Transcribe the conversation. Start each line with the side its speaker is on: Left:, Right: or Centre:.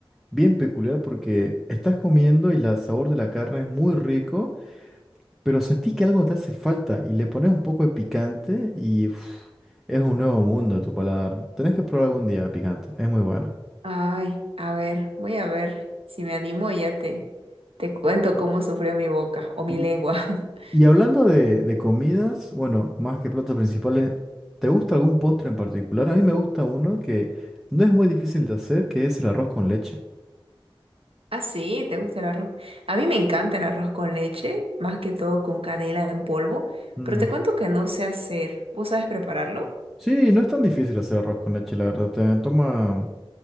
Centre: bien peculiar porque estás comiendo y la- el sabor de la carne es muy rico, pero sentís que algo te hace falta y le pones un poco de picante y uf, es un nuevo mundo a tu paladar. Tenés que probar algún día picante, es muy bueno.
Right: Ay, a ver, voy a ver si me animo y ya te, te cuento cómo sufrió mi boca o mi
Centre: Y,
Right: lengua. <laughs>
Centre: y hablando de, de comidas, bueno, más que platos principales, ¿te gusta algún postre en particular? A mí me gusta uno que no es muy difícil de hacer, que es el arroz con leche.
Right: Ah, sí, ¿te gusta el arroz? A mí me encanta el arroz con leche, más que todo con canela en polvo,
Centre: Mm.
Right: pero te cuento que no sé hacer. ¿Vos sabes prepararlo?
Centre: Sí, no es tan difícil hacer arroz con leche, la verdad. Te toma